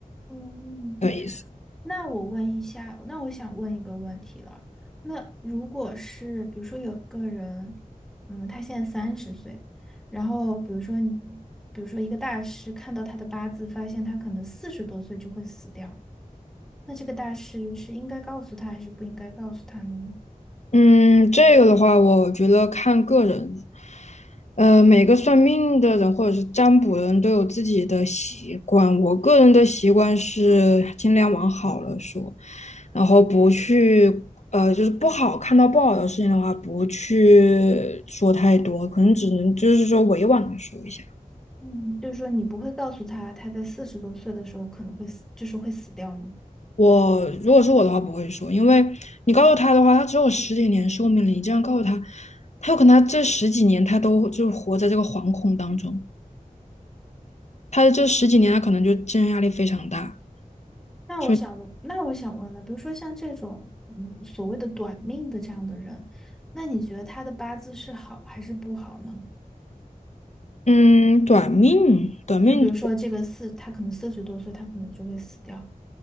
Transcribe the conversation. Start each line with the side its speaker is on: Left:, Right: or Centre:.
Centre: 嗯
Left: 的意思。
Centre: 那我问一下，那我想问一个问题了。那如果是比如说有一个人，嗯，他现在三十岁，然后比如说你比如说一个大师看到他的八字，发现他可能四十多岁就会死掉，那这个大师是应该告诉他还是不应该告诉他呢？
Left: 嗯，这个的话，我觉得看个人，呃，每个算命的人或者是占卜的人都有自己的习惯。我个人的习惯是尽量往好了说，然后不去，呃，就是不好看到不好的事情的话，不去说太多，可能只能就是说委婉的说一下。
Centre: 嗯，就是说你不会告诉他他在四十多岁的时候可能会死，就是会死掉吗？
Left: 我如果是我的话，不会说，因为你告诉他的话，他只有十几年寿命了，你这样告诉他，他有可能他这十几年他都就活在这个惶恐当中。他这十几年他可能就精神压力非常大，
Centre: 那我想，
Left: 所以
Centre: 那我想问了，比如说像这种嗯所谓的短命的这样的人，那你觉得他的八字是好还是不好呢？
Left: 嗯，短命，短命
Centre: 就比如说这个四，他可能四十多岁，他可能就会死掉。